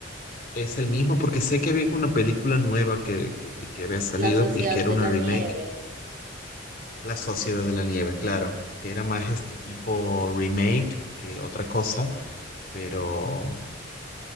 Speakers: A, on the left; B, on the right.
A: es el mismo porque sé que había una película nueva que, que, que- que había salido
B: la sociedad
A: y que era
B: de
A: una
B: la
A: remake,
B: nieve.
A: La Sociedad de la Nieve, claro, que era más este tipo remake que otra cosa, pero,